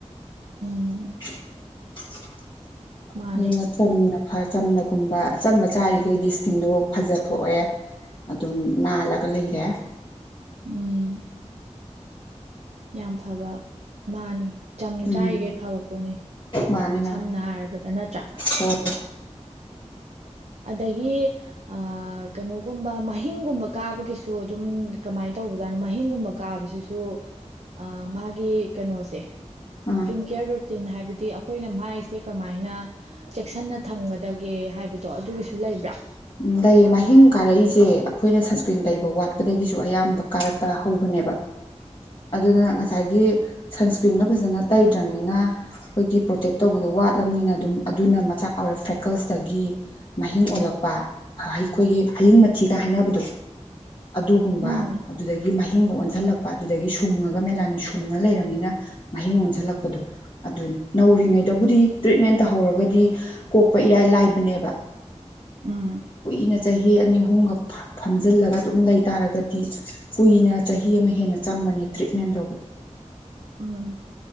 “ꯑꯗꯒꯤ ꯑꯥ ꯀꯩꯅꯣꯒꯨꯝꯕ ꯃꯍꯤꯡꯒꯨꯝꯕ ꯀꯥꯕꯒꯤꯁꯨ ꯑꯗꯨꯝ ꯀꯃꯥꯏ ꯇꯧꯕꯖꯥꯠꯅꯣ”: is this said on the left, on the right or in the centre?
Right